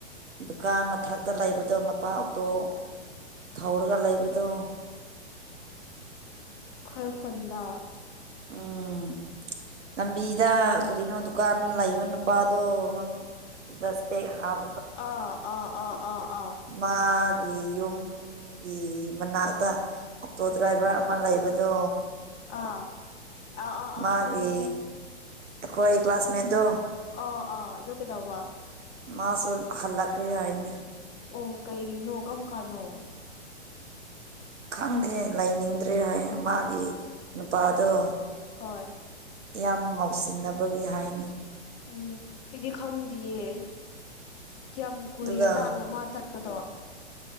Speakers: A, on the right; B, on the left.
A: ꯗꯨꯀꯥꯟ ꯃꯊꯛꯇ ꯂꯩꯕꯗꯣ ꯃꯄꯥ ꯑꯣꯇꯣ ꯊꯧꯔꯒ ꯂꯩꯕꯗꯣ
B: ꯈꯔꯈꯟꯗ
A: ꯑꯥ ꯂꯝꯕꯤꯗ ꯀꯔꯤꯅꯣ ꯗꯨꯀꯥꯟ ꯂꯩꯕ ꯅꯨꯄꯥꯗꯣ ꯃꯃꯤꯡ ꯗꯁꯄ ꯍꯥꯥꯎ
B: ꯑꯥ ꯑ ꯑ ꯑ ꯑꯥ
A: ꯃꯥꯒꯤꯌꯨꯝ ꯒꯤ ꯃꯅꯥꯛꯇ ꯑꯣꯛꯇꯣ ꯗ꯭ꯔꯥꯏꯚꯔ ꯑꯃ ꯂꯩꯕꯗꯣ
B: ꯑꯥ ꯑꯥ ꯑꯥ ꯑꯥ
A: ꯃꯥꯒꯤ
B: ꯈꯪꯉꯦ ꯈꯪꯉꯦ
A: ꯑꯩꯈꯣꯏ ꯀ꯭ꯂꯥꯁꯃꯦꯠꯇꯣ
B: ꯑ ꯑꯥ ꯑꯗꯨꯗ ꯀꯦ ꯇꯎꯕ
A: ꯃꯥꯁꯨꯣ ꯍꯜꯂꯀ꯭ꯔ ꯍꯥꯏꯅꯦ
B: ꯑꯣ ꯀꯩꯒꯤꯅꯣ ꯀꯔꯝ ꯀꯥꯟꯅꯣ
A: ꯈꯪꯗꯦ ꯂꯩꯅꯤꯡꯗ꯭ꯔꯦ ꯍꯥꯏ ꯃꯥꯒꯤ ꯅꯨꯄꯥꯗꯣ
B: ꯍꯣꯏ
A: ꯌꯥꯝ ꯉꯥꯎꯁꯤꯟꯅꯕꯒꯤ ꯍꯥꯏꯅꯤ
B: ꯎꯝ ꯑꯩꯗꯤ ꯈꯪꯗꯦꯌꯦ ꯀꯌꯥꯝ ꯀꯨꯏꯔꯖꯥꯠꯅꯣ
A: ꯑꯗꯨꯒ
B: ꯃꯥ ꯆꯠ ꯎꯗꯣ